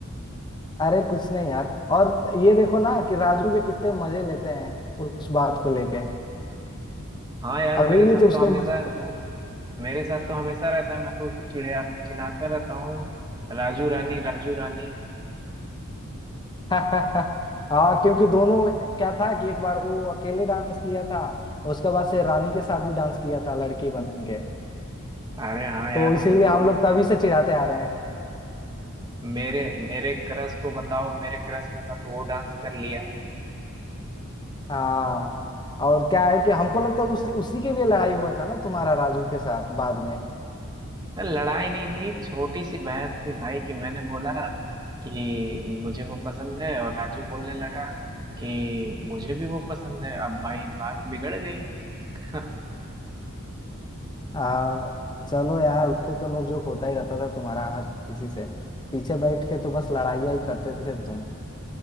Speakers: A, on the left; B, on the right.
A: अरे कुछ नहीं यार और ये देखो ना कि राजू के कितने मजे लेते हैं उस बात को लेके
B: हाँ यार
A: अभी
B: मेरे
A: भी
B: साथ
A: तो उसके
B: तो हमेशा
A: मजे लेते
B: मेरे साथ तो हमेशा रहता है मैं तो उसको चिढ़ा चिढ़ाता रहता हूँ राजू रानी राजू रानी
A: <laughs> हाँ क्योंकि दोनों क्या था कि एक बार वो अकेले डांस किया था उसके बाद से रानी के साथ भी डांस किया था लड़की बन के
B: अरे हाँ यार
A: तो इसीलिए
B: वो तो
A: हम लोग तभी से चिढ़ाते आ रहे हैं
B: मेरे मेरे क्रश को बताओ मेरे क्रश के साथ वो डांस कर लिया
A: हाँ और क्या है कि हमको लगता है उसी उसी के लिए लड़ाई हुआ था ना तुम्हारा राजू के साथ बाद में
B: लड़ाई नहीं थी छोटी सी बहस थी भाई कि मैंने बोला कि मुझे वो पसंद है और राजू बोलने लगा कि मुझे भी वो पसंद है अब भाई बात बिगड़ गई <laughs>
A: आ, चलो यार उतने तो नोकझोंक होता ही रहता था तुम्हारा हर किसी से पीछे बैठ के तो बस लड़ाइयाँ ही करते थे तुम